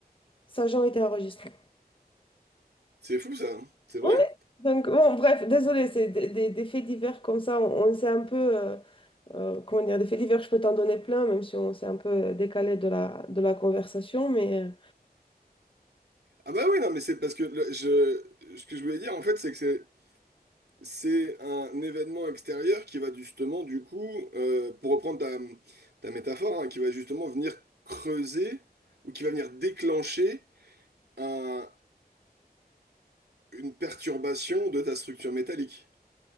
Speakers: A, on the left; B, on the right.
A: ça n'a jamais été enregistré.
B: C'est fou ça, hein c'est vrai.
A: Oui. Donc, bon, bref, désolé, c'est des, des- des faits divers comme ça. On, on s'est un peu, euh, euh, comment dire, des faits divers, je peux t'en donner plein, même si on s'est un peu décalé de la, de la conversation, mais. euh,
B: Ah bah oui, non, mais c'est parce que le- je, ce que je voulais dire en fait, c'est que c'est c'est un événement extérieur qui va justement du coup, euh, pour reprendre ta, ta métaphore, hein, qui va justement venir creuser ou qui va venir déclencher un- une perturbation de ta structure métallique.